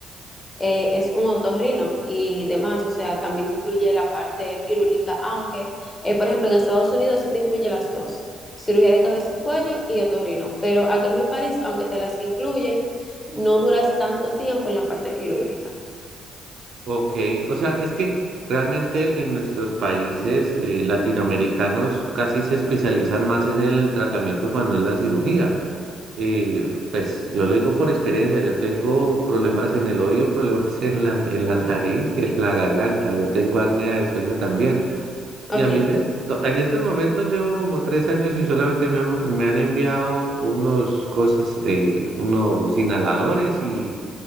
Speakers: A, on the left; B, on the right.
A: eh, es un otorrino y demás, o sea, también incluye la parte quirúrgica, aunque, eh, por ejemplo, en Estados Unidos sí te incluye las dos, cirugía de cabeza y cuello y otorrino, pero aquí en mi país, aunque te las incluye, no duras tanto tiempo en la parte quirúrgica.
B: Ok, o sea, es que realmente en nuestros países eh, latinoamericanos casi se especializan más es en el tratamiento, más no en la cirugía. Y pues yo lo digo por experiencia, yo tengo problemas en el oído, <laughs> problemas en la, en la nariz y en la garganta, yo tengo apnea del sueño también.
A: Ok.
B: Y a mí me, to- en estos momentos llevo como tres años y solamente me han, me han enviado unos cosas, eh, unos inhaladores y